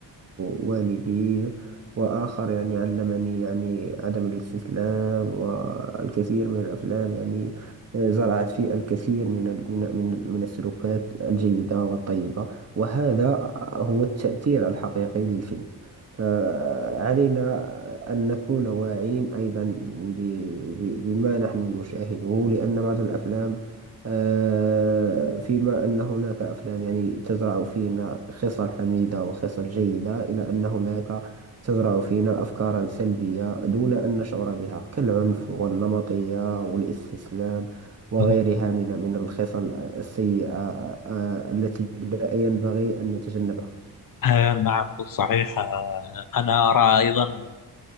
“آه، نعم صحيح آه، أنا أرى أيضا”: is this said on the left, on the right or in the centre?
Left